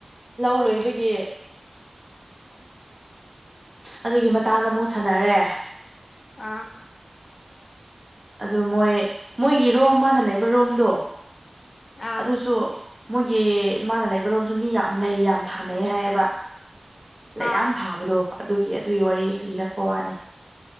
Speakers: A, on the right (about 25°); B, on the left (about 80°).
A: ꯂꯧ ꯂꯣꯏꯕꯒꯤ ꯑꯗꯨꯒꯤ ꯃꯇꯥꯡꯗ ꯑꯃꯨꯛ ꯁꯥꯟꯅꯔꯦ
B: ꯑꯥ
A: ꯑꯗꯨ ꯃꯣꯏ ꯃꯣꯏꯒꯤ ꯔꯣꯝ ꯃꯥꯅ ꯂꯩꯕ ꯔꯣꯝꯗꯣ
B: ꯑꯥ
A: ꯑꯗꯨꯁꯨ ꯃꯣꯏꯒꯤ ꯃꯥꯅ ꯂꯩꯕꯔꯣꯝꯗꯨ ꯃꯤ ꯌꯥꯝ ꯂꯩ ꯌꯥꯝ ꯊꯥꯅꯩ ꯍꯥꯏꯌꯦꯕ꯫ ꯂꯩ
B: ꯑꯥ
A: ꯌꯥꯝ ꯊꯥꯕꯗꯣ ꯑꯗꯨꯒꯤ ꯑꯗꯨꯒꯤ ꯋꯥꯔꯤ ꯂꯤꯔꯛꯄ ꯋꯥꯅꯤ꯫